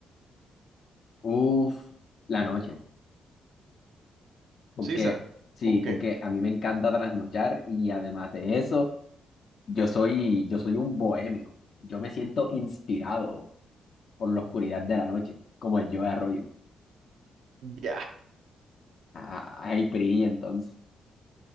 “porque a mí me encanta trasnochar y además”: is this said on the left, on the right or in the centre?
Left